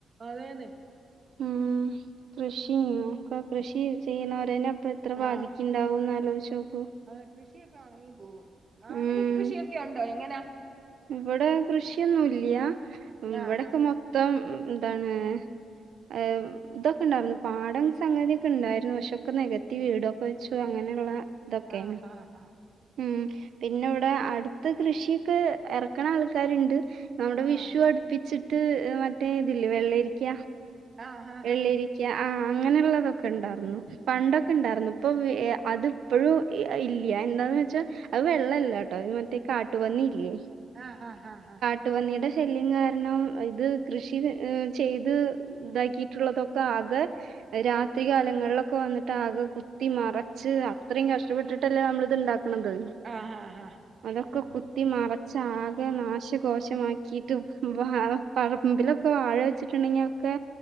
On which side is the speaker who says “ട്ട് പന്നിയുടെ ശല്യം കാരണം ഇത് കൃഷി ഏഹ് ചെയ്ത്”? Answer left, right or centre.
Right